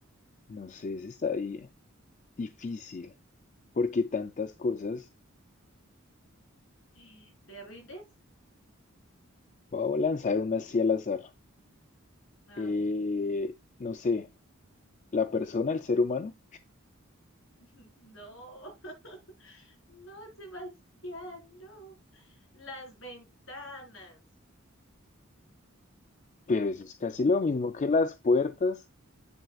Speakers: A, on the left; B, on the left.
A: No sé si está ahí difícil, porque tantas cosas.
B: <gasps> ¿Te rindes?
A: Voy a lanzar una así al azar.
B: A
A: Eh,
B: ver.
A: no sé, la persona, el ser humano,
B: <laughs> No, <laughs> no, Sebastián, no. Las ventanas.
A: pero eso es casi lo mismo que las puertas.